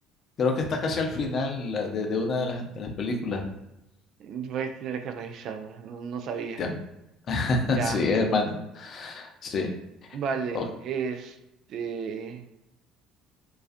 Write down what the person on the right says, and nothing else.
Voy a tener que revisarla, no, no sabía.
Ya,
vale,
este.